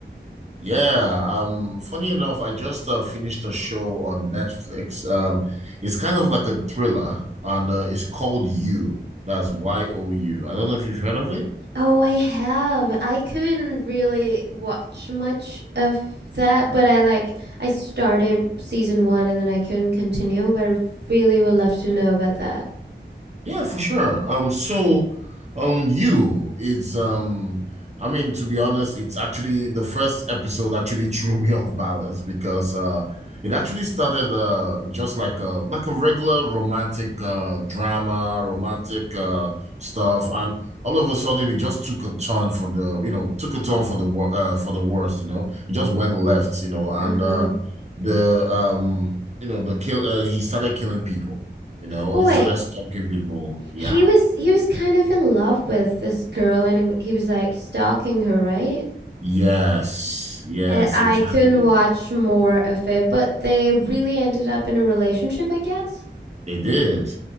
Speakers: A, on the right; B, on the right.
A: Yeah, um, funny enough, I just uh, finished a show on Netflix. Um, it's kind of like a thriller, and uh, it's called You. That's Y O U. I don't know if you've heard of it.
B: Oh, I have. I couldn't really watch much of that, but I like I started season one and then I couldn't continue, but I really would love to know about that.
A: Yeah, for sure. Um, so, um, you is um, I mean, to be honest, it's actually the first episode actually <laughs> threw me off balance because uh, it actually started uh just like a like a regular romantic uh drama, romantic uh stuff, and all of a sudden it just took a turn for the you know took a turn for the wor uh, for the worst. You know, it just went left. You know, and
B: Uh-huh.
A: uh, the um you know the kill uh, he started killing people you know,
B: But
A: he
B: wait,
A: started stalking people. Yeah.
B: he was he was kind of in love with this girl and he, he was like stalking her, right?
A: Yes. Yes,
B: And I
A: exactly.
B: couldn't watch more of it, but they really ended up in a relationship, I guess.
A: They did.